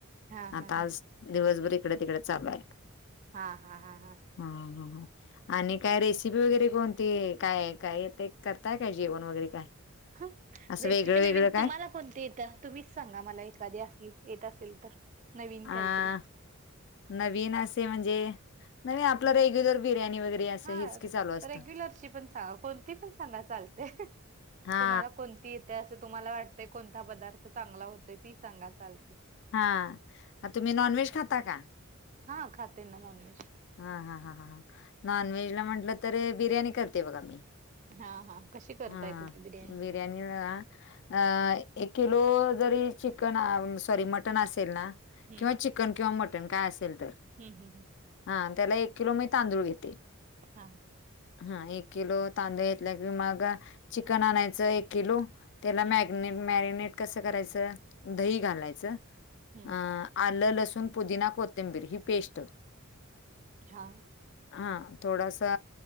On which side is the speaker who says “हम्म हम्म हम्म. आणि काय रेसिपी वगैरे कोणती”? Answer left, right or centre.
Left